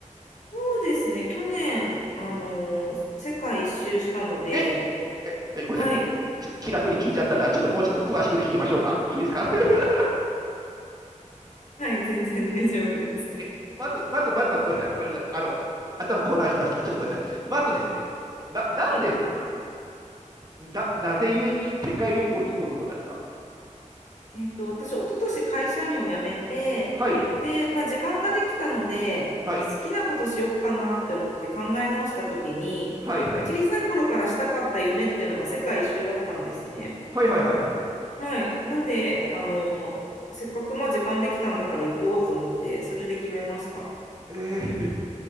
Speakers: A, on the left (about 65°); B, on the right (about 30°).
A: そうですね。去年、あのー世界一周したので、
B: うん。え、え、えごめんなさい。
A: はい。
B: ちょ気楽に聞いちゃったな。ちょっともうちょっと詳しく聞きましょうか。いいですか <laughs>
A: はい、全然大丈夫です。
B: え、まず、まず、まず、まず、ごめんなさい。ごめんなさい。あの、頭混乱しました。ちょっとごめんなさい。まずですね、な、なんで、
A: はい。
B: せな、なぜゆえに世界旅行に行こうと思ったんですか
A: えっと、私、一昨年会社員を辞めて、
B: はい、
A: で、まあ、時間ができたので、
B: はい、
A: 好きなことしよっかなって思って考え直したときに、
B: はい、はい、
A: 小さい頃からしたかった夢っていうのが世界一周だったんですね。
B: はい、はい、はい、はい。
A: はい。なんで、あのーせっかくまあ時間できたんだから行こうと思って、それで決めました。
B: えー、